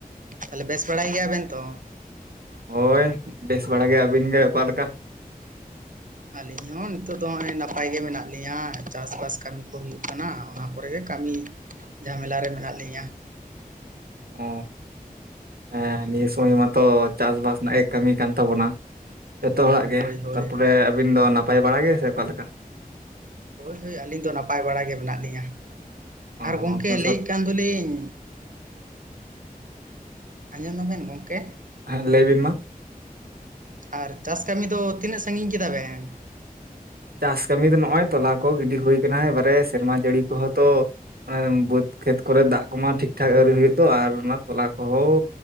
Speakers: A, on the right; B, on the right.
A: ᱛᱟᱦᱚᱞᱮ ᱵᱮᱥ ᱵᱟᱲᱟᱭ ᱜᱮᱭᱟ ᱵᱮᱱ ᱛᱚ
B: ᱦᱳᱭ ᱵᱮᱥ ᱵᱟᱲᱟ ᱜᱮ ᱟᱹᱵᱤᱱ ᱜᱮ ᱚᱠᱟᱞᱮ ᱞᱮᱠᱟ
A: ᱟᱹᱞᱤᱧ ᱦᱚᱸ ᱱᱤᱛᱚᱜᱜ ᱫᱚ ᱱᱚᱜᱚᱭ ᱱᱟᱯᱟᱭ ᱜᱮ ᱢᱮᱱᱟᱜ ᱞᱤᱧᱟᱹ ᱪᱟᱥᱵᱟᱥ ᱠᱟᱹᱢᱤ ᱠᱚ ᱦᱩᱭᱩᱜ ᱠᱟᱱᱟ ᱚᱱᱟ ᱠᱚᱨᱮᱜᱮ ᱠᱟᱹᱢᱤ ᱡᱷᱟᱢᱮᱞᱟ ᱨᱮ ᱢᱮᱱᱟᱜ ᱞᱤᱧᱟᱹ
B: ᱚ ᱦᱮᱸ ᱱᱤᱭᱟᱹ ᱥᱚᱢᱚᱭ ᱢᱟᱛᱚ ᱪᱟᱥᱼᱵᱟᱥ ᱨᱮᱱᱟᱜ ᱜᱮ ᱠᱟᱹᱢᱤ ᱠᱟᱱ ᱛᱟᱵᱚᱱᱟ ᱡᱚᱛᱚ ᱦᱚᱲᱟᱜ ᱜᱮ
A: ᱦᱳᱭ ᱦᱳᱭ
B: ᱛᱟᱨᱯᱚᱨᱮ ᱟᱹᱵᱤᱱ ᱫᱚ ᱱᱟᱯᱟᱭ ᱵᱟᱲᱟ ᱜᱮ ᱥᱮ ᱚᱠᱟᱞᱮᱠᱟ
A: ᱦᱳᱭ ᱦᱳᱭ ᱟᱹᱞᱤᱧ ᱫᱚ ᱱᱟᱯᱟᱭ ᱵᱟᱲᱟ ᱜᱮ ᱢᱮᱱᱟᱜ ᱞᱤᱧᱟᱹ
B: ᱚ
A: ᱟᱨ ᱜᱚᱢᱠᱮ
B: ᱚᱱᱟ ᱥᱟᱶ
A: ᱞᱟᱹᱭᱼᱮᱫ ᱠᱟᱱ ᱫᱚᱞᱤᱧ ᱟᱸᱡᱚᱢ ᱟᱵᱮᱱ ᱜᱚᱢᱠᱮ?
B: ᱦᱮᱸ ᱞᱟᱹᱭ ᱵᱤᱱ ᱢᱟ
A: ᱟᱨ ᱪᱟᱥ ᱠᱟᱹᱢᱤ ᱫᱚ ᱛᱤᱱᱟᱹᱜ ᱥᱟᱺᱜᱤᱧ ᱠᱮᱫᱟ ᱵᱮᱱ
B: ᱪᱟᱥ ᱠᱟᱹᱢᱤ ᱫᱚ ᱱᱚᱜᱼᱚᱭ ᱛᱚᱞᱟ ᱠᱚ ᱜᱤᱰᱤ ᱦᱩᱭ ᱟᱠᱟᱱᱟ ᱮᱵᱟᱨᱮ ᱥᱮᱨᱢᱟ ᱡᱟᱹᱲᱤ ᱠᱚᱦᱚᱸ ᱛᱚ ᱵᱟᱹᱫᱽ ᱠᱷᱮᱛ ᱠᱚᱨᱮ ᱫᱟᱜ ᱠᱚᱢᱟ ᱴᱷᱤᱠ ᱴᱷᱟᱠ ᱟᱨᱣᱨᱤ ᱦᱩᱭᱩᱜ ᱛᱚ ᱟᱨ ᱚᱱᱟ ᱛᱚᱞᱟ ᱠᱚᱦᱚᱸ